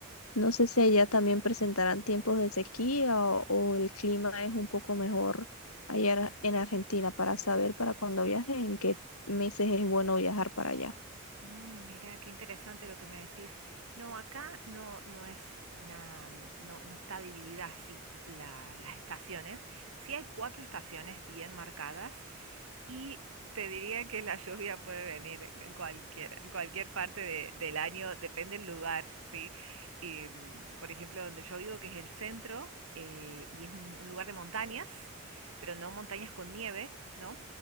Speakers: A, on the left; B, on the right.
A: No sé si allá también presentarán tiempos de sequía o, o el clima es un poco mejor allá en Ar- en Argentina para saber para cuando viaje en qué meses es bueno viajar para allá.
B: Mm, mira, qué interesante lo que me decís. No, acá no, no es una, mm, no, no está dividida así la- las estaciones. Sí hay cuatro estaciones bien marcadas y te diría que la lluvia puede venir en cualquier, en cualquier parte de- del año, depende del lugar, ¿sí? Y, mm, por ejemplo, donde yo vivo, que es el centro, eh, y es un un lugar de montañas, pero no montañas con nieve, ¿no?